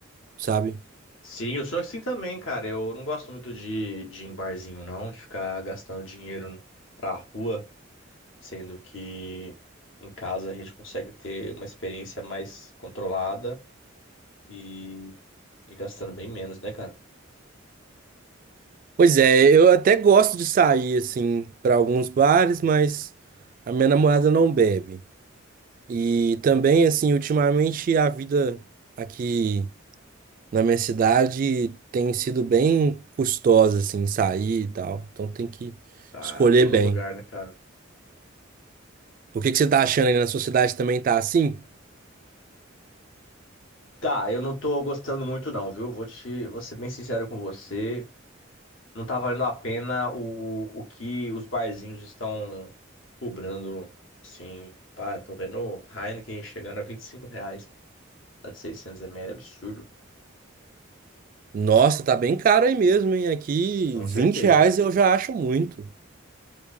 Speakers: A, on the right (about 40°); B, on the left (about 70°).
A: sabe?
B: Sim, eu sou assim também, cara. Eu não gosto muito de, de ir em barzinho, não, de ficar gastando dinheiro pra rua, sendo que em casa a gente consegue ter uma experiência mais controlada e, e gastando bem menos, né, cara?
A: Pois é, eu até gosto de sair, assim, pra alguns bares, mas a minha namorada não bebe. E também, assim, ultimamente a vida aqui. na minha cidade tem sido bem custosa, assim, sair e tal. Então tem que
B: Tá,
A: escolher
B: todo
A: bem.
B: lugar, né, cara?
A: O que que você tá achando aí na sua cidade também tá assim?
B: Tá, eu não tô gostando muito não, viu? Vou te, vou ser bem sincero com você. Não tá valendo a pena o, o que os barzinhos estão cobrando, sim. Pá, eu tô vendo o Heineken chegando a 25 reais, tá de 600 ml, absurdo.
A: Nossa, tá bem caro aí mesmo, hein? Aqui,
B: Com
A: 20
B: certeza.
A: reais eu já acho muito.